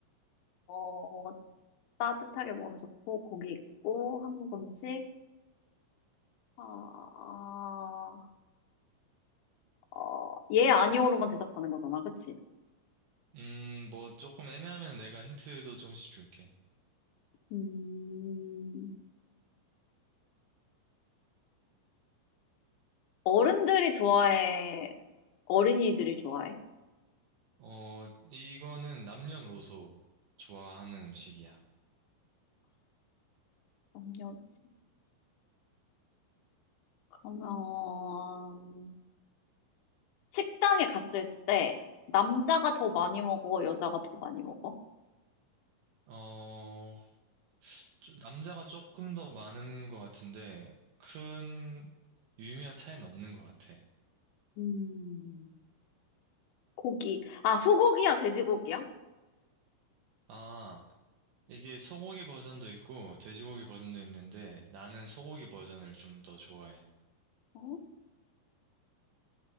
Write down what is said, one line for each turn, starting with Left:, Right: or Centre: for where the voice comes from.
Left: 어, 따뜻하게 먹으면 좋고 고기 있고 한국 음식. 아, 어, 예, 아니오로만 대답하는 거잖아. 그치?
Right: 음, 뭐 조금 애매하면 내가 힌트도 좀씩 줄게.
Left: 음, 어른들이 좋아해? 어린이들이 좋아해?
Right: 어, 이거는 남녀노소 좋아하는 음식이야.
Left: 남녀노소. 그러면, 식당에 갔을 때, 남자가 더 많이 먹어? 여자가 더 많이 먹어?
Right: 어, 저- 남자가 조금 더 많은 것 같은데, 큰, 유의미한 차이는 없는 것 같아.
Left: 음, 고기. 아, 소고기야? 돼지고기야?
Right: 아, 이게 소고기 버전도 있고, 돼지고기 버전도 있는데, 나는 소고기 버전을 좀 더 좋아해.
Left: 어?